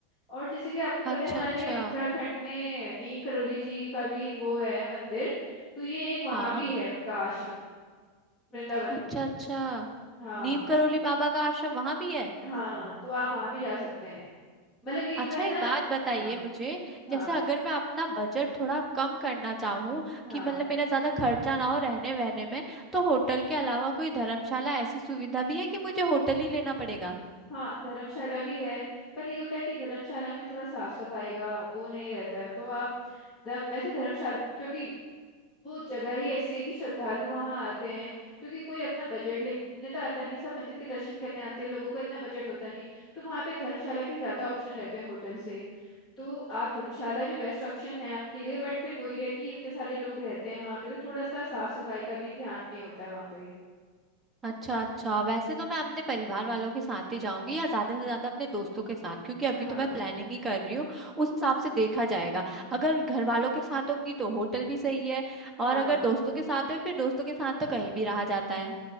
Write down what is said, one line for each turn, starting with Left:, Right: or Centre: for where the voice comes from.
Left: और जैसे कि आपको पता
Centre: अच्छा
Left: है हमारे
Centre: अच्छा
Left: उत्तराखंड में नीम करोली जी का भी वो है मंदिर तो ये एक वहां
Centre: हाँ
Left: भी है उनका आश्रम वृंदावन
Centre: अच्छा
Left: में
Centre: अच्छा
Left: हाँ
Centre: नीम करोली बाबा का आश्रम वहां भी है
Left: हाँ तो आप वहां भी जा सकते हैं मतलब ये जो
Centre: अच्छा
Left: है ना
Centre: एक बात बताइए
Left: हाँ
Centre: मुझे
Left: हाँ
Centre: जैसे अगर मैं अपना बजट थोड़ा कम करना चाहूँ
Left: हाँ
Centre: कि मतलब मेरा ज्यादा खर्चा ना हो रहने वहने में तो होटल के अलावा कोई धर्मशाला ऐसी सुविधा भी है कि मुझे होटल ही लेना पड़ेगा
Left: हाँ धर्मशाला भी है पर ये होता है कि धर्मशाला में थोड़ा साफ सफाई का वो नहीं रहता है तो आप ध- वैसे धर्मशाला क्योंकि वो जगह ही ऐसी है कि श्रद्धालु वहां आते हैं क्योंकि कोई अपना बजट ले घूमने तो आता नहीं सब मंदिर के दर्शन करने आते हैं लोगों का इतना बजट होता नहीं तो वहां पे धर्मशाला के ज्यादा ऑप्शन रहते हैं होटल से तो आप धर्मशाला भी बेस्ट ऑप्शन है आपके लिए बट फिर वही है कि इतने सारे लोग रहते हैं वहां पे तो थोड़ा सा साफ सफाई का भी ध्यान नहीं होता है वहां पे
Centre: अच्छा अच्छा वैसे तो मैं अपने परिवार वालों के साथ ही जाऊंगी या ज्यादा से ज्यादा अपने दोस्तों के साथ क्योंकि अभी
Left: हाँ
Centre: तो मैं प्लानिंग ही कर रही हूँ उस हिसाब से देखा जाएगा अगर घर वालों के साथ होंगी तो होटल भी सही है और
Left: हाँ
Centre: अगर दोस्तों के साथ है फिर दोस्तों के साथ तो कहीं भी रहा जाता है